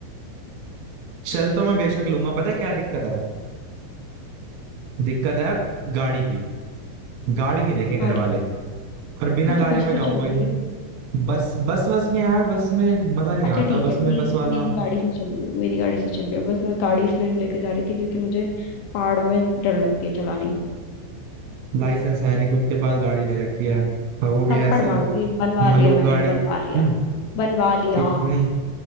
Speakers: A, on the right; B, on the left.
A: चल तो मैं बेशक लूंगा पता है क्या दिक्कत है दिक्कत है गाड़ी की गाड़ी नहीं देंगे घर
B: गाड़ी
A: वाले और बिना
B: मैं तो
A: गाड़ी
B: बस
A: में
B: से
A: जाऊंगा
B: चल लूंगी
A: ही नहीं बस बस बस में यार बस में मजा नहीं
B: अच्छा
A: आता
B: ठीक
A: बस
B: है मेरी
A: में बस वाला
B: मेरी गाड़ी से चल रही हो मेरी गाड़ी से चल रही हो बस मैं गाड़ी इसलिए नहीं लेके जा रही थी क्योंकि मुझे पहाड़ों में डर लगती है चलानी
A: लाइसेंस है नहीं खुद के पास गाड़ी ले रखी है और वो भी
B: थप्पड़
A: ऐसी
B: मारूंगी बनवा
A: मलूक
B: लिया मैंने
A: गाड़ी
B: बनवा
A: <clears throat>
B: लिया
A: हम्म,
B: बनवा लिया
A: कितनी